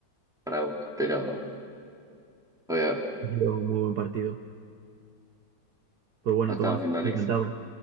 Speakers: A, in the centre; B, on the right.
A: para vos. Pero voy a ver.
B: Lleva un muy buen partido. Pues bueno,
A: No estamos
B: Tomás,
A: viendo, a Alex.
B: encantado.